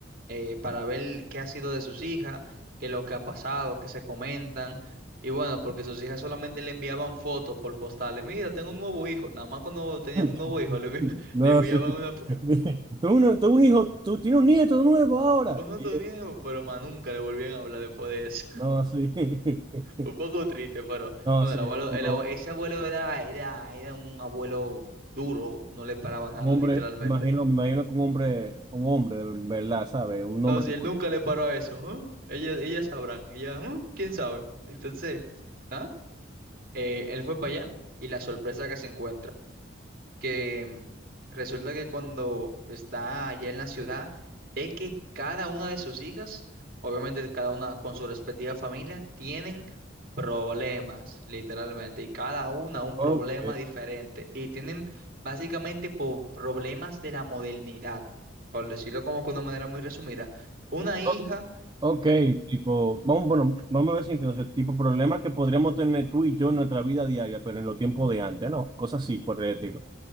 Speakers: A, on the right; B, on the right.
A: Eh, para ver qué ha sido de sus hijas, qué lo que ha pasado, qué se comentan. Y bueno, porque sus hijas solamente le enviaban fotos por postales. Mira, tengo un nuevo hijo. Nada más cuando tenían
B: <laughs>
A: un nuevo hijo, le, envi- <laughs>
B: No,
A: le enviaban
B: sí.
A: una foto.
B: <laughs> Tú, uno- tú un hijo, tú tienes un nieto nuevo ahora.
A: "Con otro
B: Y él,
A: viejo", pero más nunca le volvían a hablar después de eso.
B: no, sí. <laughs>
A: Un poco triste, pero
B: No,
A: bueno,
B: sí,
A: el abuelo,
B: un poco.
A: el abue- ese abuelo era, era, era un, un abuelo duro, no le paraba nada,
B: Un hombre,
A: literalmente.
B: me imagino, me imagino que un hombre, un hombre, de verdad, ¿sabes? Un hombre.
A: No, si
B: duro.
A: él nunca le paró a eso, ¿eh? Ellas, ellas sabrán, ellas, ¿eh? ¿Quién sabe? Entonces, ¿no? Eh, él fue para allá y la sorpresa que se encuentra. que mm, resulta que cuando está allá en la ciudad, ve que cada una de sus hijas, obviamente cada una con su respectiva familia, tienen problemas, literalmente, y cada una un
B: Ok,
A: problema diferente, y tienen básicamente po- problemas de la modernidad, por decirlo como que de una manera muy resumida. Una hija...
B: O- ok, tipo, vamos, bueno, vamos a ver si entiendo, o sea, tipo, problemas que podríamos tener tú y yo en nuestra vida diaria, pero en los tiempos de antes, ¿no? Cosas así, por el estilo.